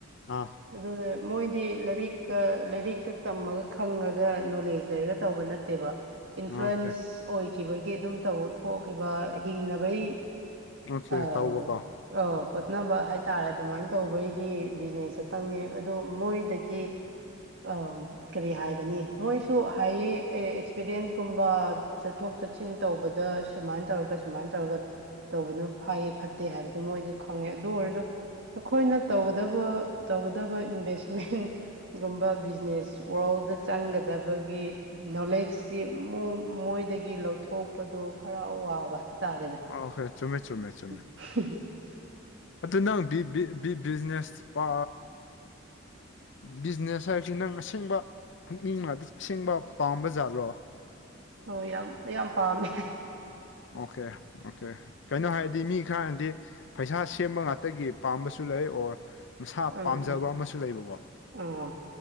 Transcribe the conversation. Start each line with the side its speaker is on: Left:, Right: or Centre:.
Left: ꯑꯥ
Right: ꯑꯗꯨꯗ ꯃꯣꯏꯗꯤ ꯂꯥꯏꯔꯤꯛꯀ ꯂꯥꯏꯔꯤꯛꯇ ꯇꯝꯃꯒ ꯈꯪꯉꯒ ꯅꯣꯂꯦꯖ ꯂꯩꯔꯒ ꯇꯧꯕ ꯅꯠꯇꯦꯕ ꯏꯟꯐ꯭ꯂꯨꯋꯟꯁ
Left: ꯑꯣꯀꯦ
Right: ꯑꯣꯏꯈꯤꯕꯒꯤ ꯑꯗꯨꯝ ꯇꯧ ꯊꯣꯛꯈꯤꯕ ꯍꯤꯡꯅꯕꯩ
Left: ꯑꯣꯀꯦ
Right: ꯑ
Left: ꯇꯧꯕꯀꯣ
Right: ꯑ ꯍꯣꯠꯅꯕ ꯍꯥꯏꯇꯥꯔꯦ ꯑꯗꯨꯃꯥꯏꯟ‌ ꯇꯧꯕꯒꯤ ꯕꯤꯖꯤꯅꯦꯁ ꯈꯇꯪꯅꯤ ꯑꯗꯣ ꯃꯣꯏꯗꯒꯤ ꯑꯝ ꯀꯔꯤ ꯍꯥꯏꯒꯅꯤ ꯃꯣꯏꯁꯨ ꯍꯥꯏꯌꯦ ꯑꯩ ꯑꯦꯛꯁꯄꯤꯔꯤꯌꯦꯟꯁꯀꯨꯝꯕ ꯆꯠꯊꯣꯛ ꯆꯠꯁꯤꯟ ꯇꯧꯕꯗ ꯁꯨꯃꯥꯏꯟ ꯇꯧꯔꯒ ꯁꯨꯃꯥꯏꯟ ꯇꯧꯔꯒ ꯇꯧꯕꯅꯨ ꯐꯥꯏꯌꯦ ꯐꯠꯇꯦ ꯍꯥꯏꯕꯗꯤ ꯃꯣꯏꯗꯤ ꯈꯪꯉꯦ ꯑꯗꯨ ꯑꯣꯏꯔꯁꯨ ꯑꯈꯣꯏꯅ ꯇꯧꯒꯗꯕ ꯇꯧꯒꯗꯕ ꯏꯟꯚꯦꯁꯃꯦꯟꯒꯨꯝꯕ ꯕꯤꯖꯤꯅꯦꯁ ꯋꯥꯔꯜꯗ ꯆꯪꯒꯗꯕꯒꯤ ꯅꯣꯂꯦꯖꯁꯤ ꯃꯣ ꯃꯣꯏꯗꯒꯤ ꯂꯧꯊꯣꯛꯄꯗꯣ ꯈꯔ ꯋꯥꯕ ꯍꯥꯏꯇꯥꯔꯦꯗ
Left: ꯑꯣ ꯍꯣꯏ ꯆꯨꯝꯃꯦ ꯆꯨꯝꯃꯦ ꯆꯨꯝꯃꯦ
Right: <unintelligible>
Left: ꯑꯗꯨ ꯅꯪꯕꯤ ꯕꯤ ꯕꯤ ꯕꯤꯖꯤꯅꯦꯁ ꯄ ꯕꯤꯖꯤꯅꯦꯁ ꯍꯥꯏꯕꯁꯤ ꯅꯪ ꯑꯁꯦꯡꯕ ꯄꯨꯛꯅꯤꯡꯅꯇ ꯑꯁꯦꯡꯕ ꯄꯥꯝꯕ ꯖꯥꯠꯔꯣ
Right: ꯑꯣ ꯌꯥꯝ ꯌꯥꯝ ꯄꯥꯝꯃꯦ
Left: ꯑꯣꯀꯦ ꯑꯣꯀꯦ ꯀꯩꯅꯣ ꯍꯥꯏꯔꯗꯤ ꯃꯤ ꯈꯔꯅꯗꯤ ꯄꯩꯁꯥ ꯁꯦꯝꯕ ꯉꯥꯛꯇꯒꯤ ꯄꯥꯝꯕꯁꯨ ꯂꯩ ꯑꯣꯔ ꯃꯁꯥ
Right: ꯑꯥ
Left: ꯄꯥꯝꯖꯕ
Right: ꯑꯥ
Left: ꯑꯃꯁꯨ ꯂꯩꯕꯀꯣ
Right: ꯑꯥ